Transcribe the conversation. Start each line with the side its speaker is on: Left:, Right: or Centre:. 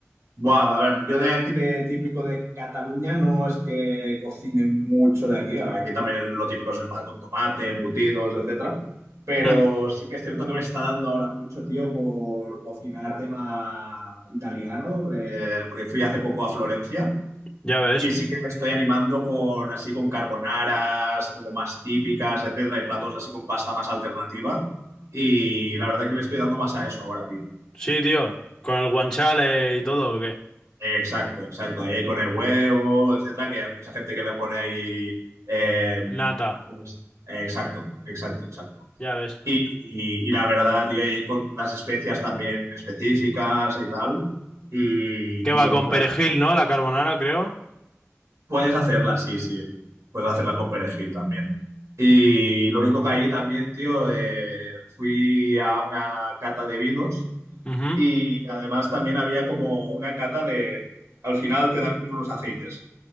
Right: Buah, a ver, yo de aquí de típico de Cataluña no es que cocine mucho de aquí. Ahora, Aquí también el- lo típico es el pan con tomate, embutidos, etcétera. Pero
Left: Hmm,
Right: sí que es cierto que me está dando ahora mucho, tío, por cocinar tema italiano, eh, porque fui hace poco a Florencia
Left: ya ves.
Right: y sí que me estoy animando con así con carbonaras como más típicas, etcétera, y platos así con pasta más alternativa. Y la verdad que me estoy dando más a eso ahora, tío.
Left: Sí, tío, con el guanchale y todo, ¿o qué?
Right: Exacto, exacto. Ahí con el huevo, etcétera, que hay mucha gente que le pone ahí. eh,
Left: Nata,
Right: ¿cómo es? Exacto, exacto, exacto.
Left: ya ves.
Right: Y, y- y la verdad, tío, y con las especias también específicas y tal. Y,
Left: ¿Qué
Right: tío,
Left: va con
Right: la
Left: perejil,
Right: verdad,
Left: no? La carbonara, creo.
Right: puedes hacerla, sí, sí. Puedes hacerla con perejil también. Y lo único que ahí también, tío, eh, fui a una cata de vinos
Left: Ujú.
Right: y además también había como una cata de. Al final te dan como unos aceites.